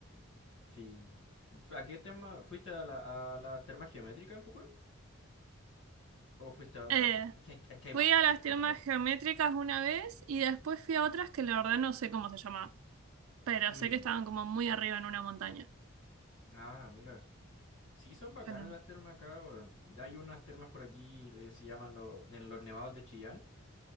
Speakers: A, on the left; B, on the right.
A: Sí. ¿A qué tema? ¿Fuiste a la, a la terma geométrica en Pucón? ¿O fuiste a otra?
B: Eh,
A: Es que hay, es que hay
B: fui
A: bastantes
B: a las termas
A: en realidad.
B: geométricas una vez y después fui a otras que la verdad no sé cómo se llamaban, pero
A: Mm.
B: sé que estaban como muy arriba en una montaña.
A: Ah, mira. Sí, son bacanas
B: Pero no.
A: las termas acá, weón. Ya hay unas termas por aquí, que se llaman lo- en los nevados de Chillán,